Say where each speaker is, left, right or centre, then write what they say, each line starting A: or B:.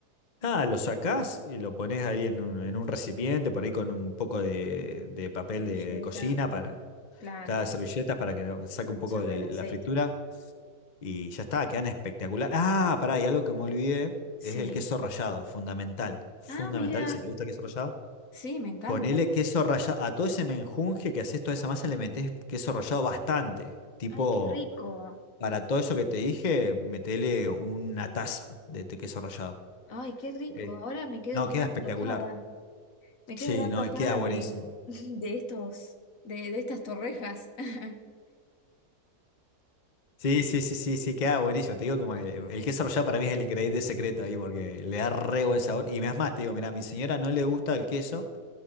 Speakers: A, on the left; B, on the left.
A: Nada, lo sacás y lo pones ahí en un, en un recipiente, por ahí con un poco de, de papel
B: Servilleta,
A: de, de cocina para
B: claro,
A: cada servilleta para que no- saque
B: absorbe
A: un poco de
B: el
A: la
B: aceite.
A: fritura y ya está, quedan espectacular. Ah, pará, y algo que me olvidé
B: Sí.
A: es el queso rallado, fundamental, fundamental,
B: Ah, mira,
A: si te gusta el queso rallado,
B: sí, me encanta.
A: ponele queso rallado, a todo ese menjunje que haces, toda esa masa le metés queso rallado bastante, tipo,
B: Ay, qué rico.
A: para todo eso que te dije, metele una taza de, de queso rallado.
B: Ay, qué rico.
A: Eh,
B: Ahora me quedo
A: no,
B: re
A: queda
B: antojada.
A: espectacular.
B: Me
A: Sí,
B: quedo re antojada
A: no, y queda buenísimo.
B: de, <laughs> de estos, de, de estas torrejas. <laughs>
A: Sí, sí, sí, sí, sí, queda buenísimo. Te digo como el, el queso rallado para mí es el ingrediente secreto ahí porque le da re buen sabor. Y me das más, te digo, mira, a mi señora no le gusta el queso